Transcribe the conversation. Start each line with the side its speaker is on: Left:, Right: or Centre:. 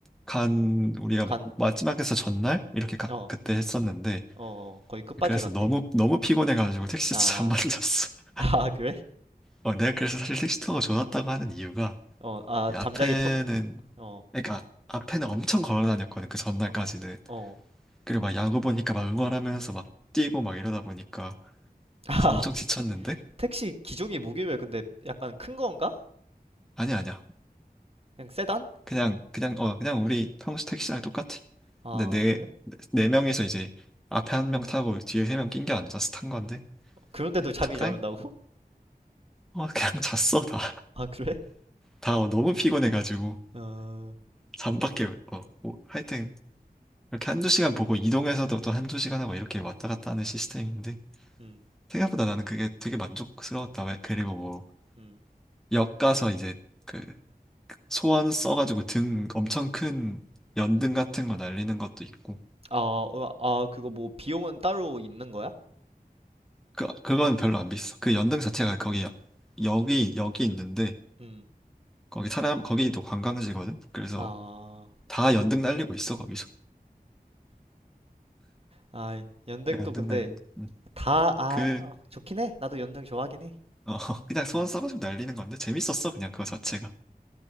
Centre: 간, 우리가
Right: 간,
Centre: 마- 마지막에서 전날? 이렇게 가-
Right: 어,
Centre: 그때 했었는데,
Right: 어, 어, 거의 끝까지
Centre: 그래서
Right: 갔네?
Centre: 너무, 너무 피곤해가지고 택시
Right: 아,
Centre: 잘안 만졌어. <laughs>
Right: <laughs> 아, 그래?
Centre: 어, 내가 그래서 사실 택시 투어가 좋았다고 하는 이유가,
Right: 어, 아,
Centre: 이 앞에는,
Right: 잠자기 편, 어,
Centre: 그러니까, 앞에는 엄청 걸어 다녔거든, 그 전날까지는.
Right: 어, 어.
Centre: 그리고 막 야구 보니까 막 응원하면서 막 뛰고 막 이러다 보니까
Right: <laughs> 아,
Centre: 엄청 지쳤는데,
Right: 택시 기종이 뭐길래 근데 약간 큰 건가?
Centre: 아니야, 아니야.
Right: 그냥 세단?
Centre: 그냥 그냥 어 그냥 우리 평소 택시랑 똑같아.
Right: 아,
Centre: 근데 네,
Right: 그래?
Centre: 네 명이서 이제 앞에 한 명 타고 뒤에 세 명 낑겨 앉아서 탄 건데
Right: 그런데도
Centre: 그냥
Right: 잠이
Centre: 적당히
Right: 잘 온다고? <laughs>
Centre: 어 그냥 <laughs> 잤어 다.
Right: 아, 그래?
Centre: 다 어, 너무 피곤해가지고
Right: 어,
Centre: 잠밖에 어 뭐, 하여튼 이렇게 한 두 시간 보고 이동해서도 또 한 두 시간 하고 이렇게 왔다 갔다 하는 시스템인데
Right: 음,
Centre: 생각보다 나는 그게 되게 만족스러웠다. 왜 그리고 뭐
Right: 음.
Centre: 역 가서 이제 그 소원 써가지고 등 엄청 큰 연등 같은 거 날리는 것도 있고
Right: 아, 어, 아, 그거 뭐 비용은 따로 있는 거야?
Centre: 그, 그건 별로 안 비싸. 그 연등 자체가 거기, 여기, 여기 있는데,
Right: 음.
Centre: 거기 사람, 거기도 관광지거든? 그래서
Right: 아,
Centre: 다 연등 날리고 있어, 거기서.
Right: 아, 연등
Centre: 네, 연등
Right: 또 근데
Centre: 날리고. 응.
Right: 다, 아,
Centre: 그,
Right: 아, 좋긴 해. 나도 연등 좋아하긴 해.
Centre: 어, <laughs> 그냥 소원
Right: 어,
Centre: 써가지고 날리는 건데, 재밌었어, 그냥 그거
Right: 음.
Centre: 자체가.